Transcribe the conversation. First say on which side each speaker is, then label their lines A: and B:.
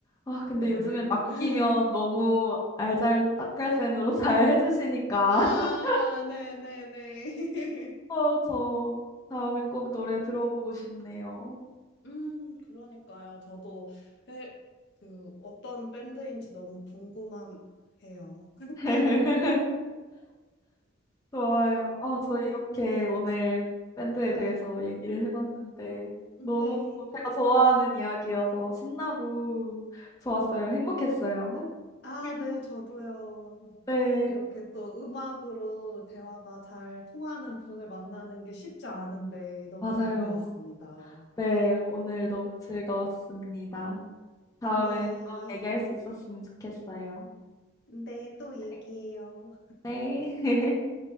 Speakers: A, on the left; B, on the left.
A: 아, 근데
B: 네.
A: 요즘엔 맡기면
B: <laughs>
A: 너무 알잘딱깔센으로 잘 해주시니까.
B: 아,
A: <laughs>
B: 네네네. <laughs>
A: 어, 저 다음에 꼭 노래 들어보고 싶네요.
B: 음, 그러니까요. 저도 에, 그 어떤 밴드인지 너무 궁금해요.
A: <laughs> 좋아요. 아, 저 이렇게
B: 네.
A: 오늘 밴드에 대해서 얘기를 해봤는데
B: 근데
A: 너무 제가 좋아하는 이야기여서 신나고 좋았어요. 행복했어요.
B: 아, 아,
A: <laughs>
B: 네, 저도요.
A: 네,
B: 이렇게 또 음악으로 대화가 잘 통하는 분을 만나는 게 쉽지 않은데 너무
A: 맞아요.
B: 반가웠습니다.
A: 네, 오늘 너무 즐거웠습니다. 다음에
B: 네,
A: 또 얘기할 수 있었으면 좋겠어요.
B: 네, 또 얘기해요.
A: 네. 네. <laughs>